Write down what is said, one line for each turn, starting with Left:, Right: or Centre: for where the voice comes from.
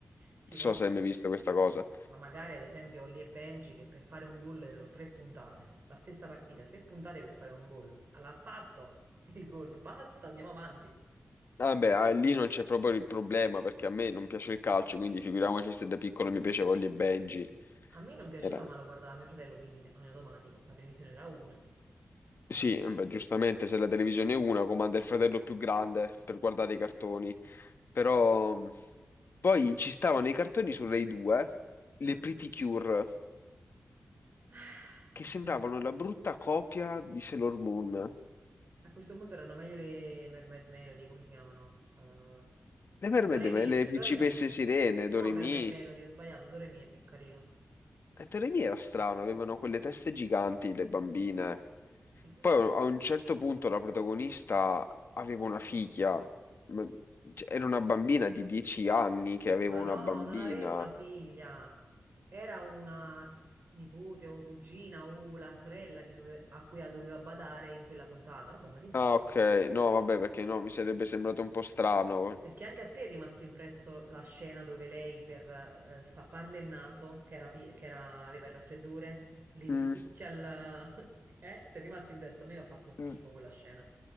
Right: Sì,
Left: so
Right: poi...
Left: se hai mai visto questa cosa.
Right: sì. Ma magari, ad esempio, Holly e Benji che per fare un gol erano tre puntate. La stessa partita, tre puntate per fare un gol. Allora, ha fatto il gol, basta, andiamo avanti.
Left: Vabbè, ah, lì non c'è proprio il problema perché a me non piace il calcio, quindi figuriamoci se da piccolo mi piaceva Holly e Benji.
Right: A me non piaceva,
Left: Era...
Right: ma lo guardava mio fratello, quindi in automatico. La televisione era una.
Left: Sì, beh, giustamente se la televisione è una comanda il fratello più grande per guardare i cartoni. Però mh, poi ci stavano i cartoni su Rai 2, le
Right: Mm.
Left: Pretty Cure,
Right: Ah,
Left: che sembravano
Right: No.
Left: la brutta copia di Sailor Moon.
Right: A questo punto erano meglio le Mermaid Melody, come si chiamano? Eh,
Left: Le mermaid,
Right: Doremi,
Left: me- le principesse
Right: Doremi.
Left: sirene,
Right: No,
Left: Doremi.
Right: Mermaid Melody, ho sbagliato, Doremi è più carino.
Left: Eh, Doremi era strano, avevano quelle teste giganti, le bambine.
Right: Sì.
Left: Poi a un certo punto la protagonista aveva una figlia, ma- cioè, era una bambina di 10 anni che aveva
Right: Ma
Left: una
Right: no,
Left: bambina.
Right: non avevo una figlia. Era una nipote o cugina o la sorella che dove- a cui doveva badare in quella puntata. Vabbè, ma che
Left: Ah,
Right: dici?
Left: ok, no, vabbè, perché no, mi sarebbe sembrato un po' strano.
Right: Perché anche a te è rimasta impresso la scena dove lei per eh, stapparle il naso, che era, pi- che era- aveva il raffreddore, le risucchia
Left: Mm.
Right: il... <laughs> Eh? Ti è rimasto impresso? A me mi ha fatto schifo
Left: mm.
Right: quella scena.